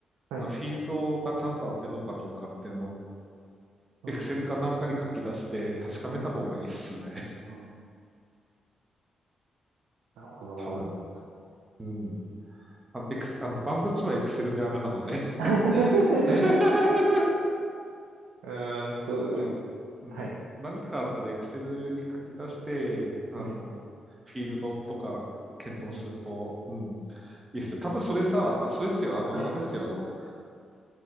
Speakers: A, on the right; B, on the right.
A: はい。
B: あフィールドがちゃんと合ってるのかどうかっていうのを、
A: うん。
B: Excel かなんかに書き出して確かめた方がいいっすね。
A: うんあのなるほど。
B: 多分。うん。あの、エクス、あの、万物はエクセルであるなので
A: <laughs>
B: <laughs>
A: うん、そう。
B: あの、うん。
A: はい。
B: 何かあったらエクセルに書き出して、あの、
A: はい。
B: フィールドとか検討すると、
A: うん
B: うん。いいっすよ。多分それさ、あそうですよ。あの、
A: はい。
B: あれですよ。あの、